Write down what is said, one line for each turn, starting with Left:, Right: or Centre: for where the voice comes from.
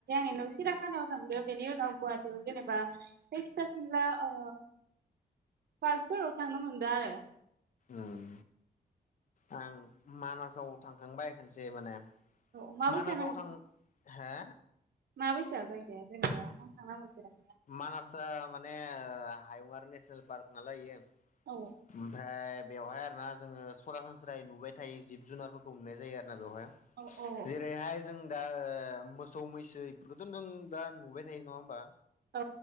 Right: <unintelligible> सिराखानायाव थांदो बेनि उनाव गुवाहाटीयाव जेनेबा बे फिसा फिनला ओ पार्कफोराव थांनो मोनदो आरो
Left: ओम आं मानासाव थांखांबाय खनसे माने
Right: औ माबैसा
Left: मानासाव थां हे
Right: मा बायसा जायगाया जेनेबा आं थांना मोनफेराखै
Left: मानासआ माने हायुङारि नेसनेल पार्क नालाय इयो
Right: औ
Left: ओमफ्राय बेवहाय आरोना जोङो सरासनस्रायै नुबायथायै जिब जुनारफोरखौ नुनाय जायो आरो जोंना बेवहाय
Right: औ औ
Left: जेरैहाय जों दा ओ मोसौ मैसो बेफोरखौथ नों दा नुबाय थायो नङा होमबा
Right: औ